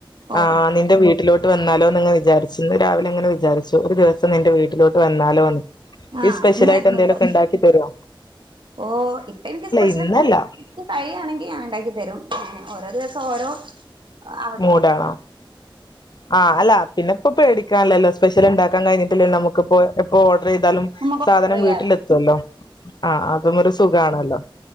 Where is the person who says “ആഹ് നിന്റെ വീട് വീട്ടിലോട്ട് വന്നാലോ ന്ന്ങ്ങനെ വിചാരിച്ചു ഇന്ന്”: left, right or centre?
Left